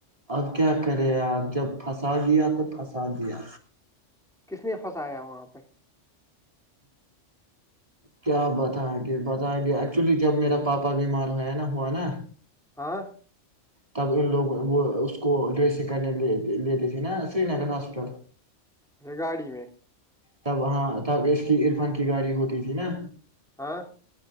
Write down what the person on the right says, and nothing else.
اب کیا کرے آپ جب پھنسا دیا تو پھنسا دیا
کیا بتائیں گے بتیں گے ایکچولی جب میرا پاپا بیمار ہویا نا ہوا نا
تب ان لوگ وہ اس کو ڈریسنگ کرنے لیتے تھے نا سری نگر ہاسپٹل
تب ہاں تب اس کی عرفان کی گاڑی ہوتی تھی نا